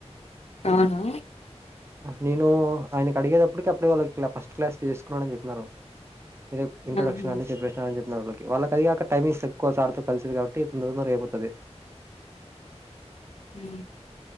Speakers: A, on the left; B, on the right.
A: అవును
B: నేను ఆయనకు అడిగేటప్పటికి అప్పటిక వాళ్ళులా ఫస్ట్ క్లాస్ చేసుకున్నాను అని చెప్పినారు ఇది ఇంట్రడక్షన్
A: ఆహా
B: అని చెప్పేస్తార అ చెప్ప కి వాళ్ళకిదిగాక టైమింగ్స్ ఎక్కువ సార్తో కలిసిది కాబట్టి తొర తర అయిపోతుది
A: ఉ